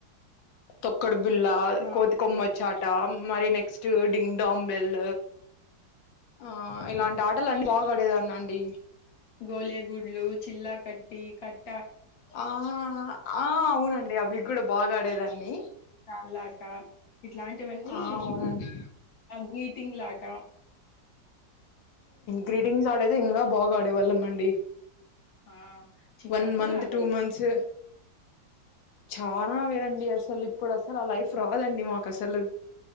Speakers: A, on the left; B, on the left.
A: తొక్కడు బుల్ల
B: ఆ
A: కోతికొమ్మచాట మరి నెక్స్ట్ డింగ్డాంబెల్ ఆ ఇలాంటి ఆటలన్నీ బాగాడేదాన్నండి
B: గోలే గుడ్లు చిల్లా కట్టి కట్
A: ఆ ఆ అవునండి అవిగూడ బా గాడేదాన్ని
B: ల్లాట ఇట్లాంటివన్నీ
A: ఆ అవునండి
B: గ్రీటింగ్ లాట
A: గ్రీటింగ్స్ ఆడైతే ఇంగా బాగాడేవాళ్ళ మండి
B: ఆ చిన్నప్పుడు
A: వన్ మంత్
B: అలా
A: టూ మంత్స్ చాలా వేరండి అసలు ఇప్పుడసలు ఆ లైఫ్ రాదండి మాకసలు